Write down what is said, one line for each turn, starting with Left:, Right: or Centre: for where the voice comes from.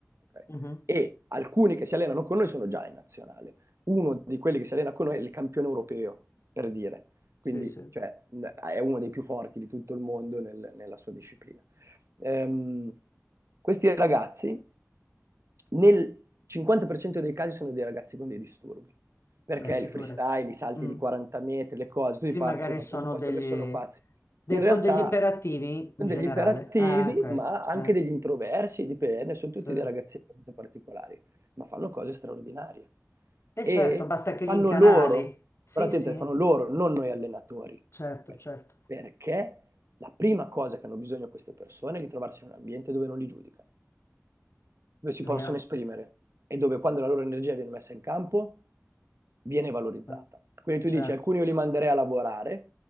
Right: ok?
Left: Mhm.
Right: E alcuni che si allenano con noi sono già in nazionale. Uno di quelli che si allena con noi è il campione europeo, per dire. Quindi,
Left: Sì, sì,
Right: cioè, è uno dei più forti di tutto il mondo nel- nella sua disciplina ehm, questi ragazzi nel 50% dei casi sono dei ragazzi con dei disturbi, perché
Left: Beh, figurati.
Right: il freestyle, i salti
Left: Mm.
Right: di 40 metri, le cose, tutti
Left: Sì,
Right: partono
Left: magari
Right: dal
Left: sono
Right: presupposto
Left: degli,
Right: che sono pazzi.
Left: de-
Right: In realtà
Left: sono degli iperattivi
Right: sono
Left: in generale.
Right: degli iperattivi,
Left: Ah, ok,
Right: ma
Left: sì,
Right: anche degli introversi, dipende, sono tutti
Left: sì.
Right: dei ragazzi abbastanza particolari, ma fanno cose straordinarie.
Left: E
Right: E
Left: certo, basta
Right: le
Left: che
Right: fanno
Left: li incanali.
Right: loro,
Left: Sì,
Right: però attenti,
Left: sì,
Right: le fanno loro, non noi allenatori.
Left: certo,
Right: ok?
Left: certo.
Right: Perché? La prima cosa che hanno bisogno queste persone è di trovarsi in un ambiente dove non li giudicano, dove
Left: È
Right: si possono
Left: vero,
Right: esprimere e dove quando la loro energia viene messa in campo viene valorizzata.
Left: eh,
Right: Quindi
Left: certo.
Right: tu dici, alcuni io li manderei a lavorare,